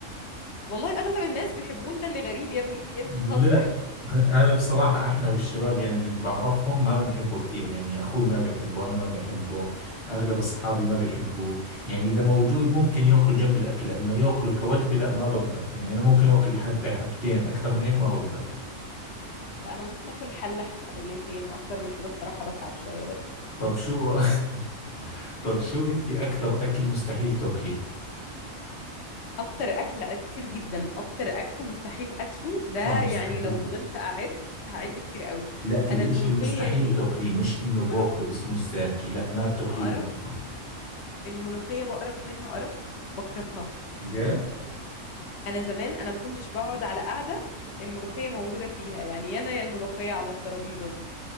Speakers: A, on the left (about 60°); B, on the left (about 40°).
A: والله اغلب الناس بيحبون ده اللي غريب يا ابني في إيه؟ انت
B: لا
A: هتهزر <laughs>
B: <laughs> أنا بصراحة إحنا والشباب يعني اللي بعرفهم ما بنحبه كثير يعني أخوي ما بحبه أنا ما بحبه أغلب أصحابي ما بحبوه يعني إذا موجود ممكن يأكله جنب الأكل أما يأكله كوجبة لا ما بقدر يعني أنا ممكن أكل حبة حبتين أكثر من هيك ما بقدر
A: فانا ممكن اكل حله حلتين اكتر من كده الصراحه بتعب شويه برضو
B: طب شو <laughs> طب شو أنت أكثر أكل مستحيل تاكليه
A: اكتر اكل لا كتير جدا اكتر اكل مستحيل اكله ده
B: آه مستحيل
A: يعني لو فضلت اعد هعد كتير قوي
B: لا الإشي
A: انا الملوخيه
B: المستحيل
A: دي
B: تاكليه مش إنه
A: ملوخية
B: باكله بسموه الزاكي لا ما بتاكليه
A: قرف
B: بالمرة
A: الملوخيه بقرف منها قرف بكرهها
B: جد؟
A: انا زمان انا ما كنتش بقعد على قعده الملوخيه موجوده فيها يعني يا انا يا الملوخيه على الترابيزه دي